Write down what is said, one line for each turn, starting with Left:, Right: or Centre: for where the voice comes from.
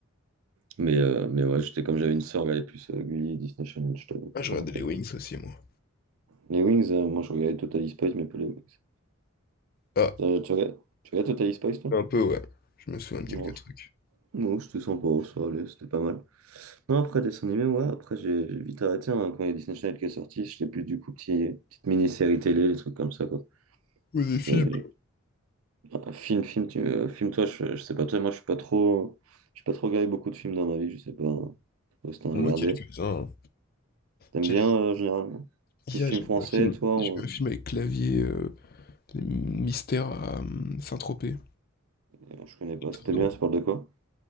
Right: Mais, euh, mais ouais, j'étais comme j'avais une sœur, elle regardait plus euh, Gulli et Disney Channel, je t'avoue,
Left: Ah,
Right: je
Left: je regardais
Right: me rappelle.
Left: les Wings aussi, moi.
Right: Les Wings, euh, moi je regardais Totally Spies, mais pas les Wings.
Left: Ah,
Right: Euh, tu regardes, tu regardes Totally Spies, toi?
Left: un peu, ouais. Je me souviens de
Right: Non,
Left: quelques trucs.
Right: non, c'était sympa, ça allait, c'était pas mal. Non, après dessin animé, ouais, après j'ai j'ai vite arrêté hein, quand il y a Disney Channel qui est sorti, je l'ai plus du coup petit, petite mini-série télé, les trucs comme ça quoi.
Left: Ou des
Right: C'était
Left: films.
Right: un film, film, tu, euh, film toi, je, je sais pas toi, moi je suis pas trop je suis pas trop regardé beaucoup de films dans ma vie, je sais pas euh, si t'en as
Left: Moi,
Right: regardé.
Left: quelques-uns. hein.
Right: T'aimes
Left: J'ai-
Right: bien euh, généralement?
Left: Hier,
Right: Plus film
Left: j'ai
Right: français,
Left: vu un film.
Right: toi,
Left: J'ai
Right: ou-
Left: vu un film avec Clavier, euh, les mystères à euh, Saint-Tropez.
Right: euh, je connais pas,
Left: Très
Right: c'était
Left: drôle.
Right: bien, ça parle de quoi?